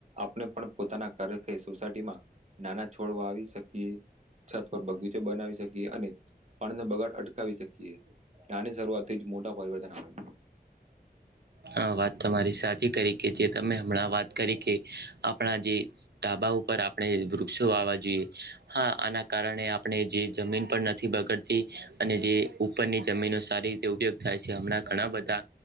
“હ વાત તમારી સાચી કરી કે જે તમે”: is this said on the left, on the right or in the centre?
Right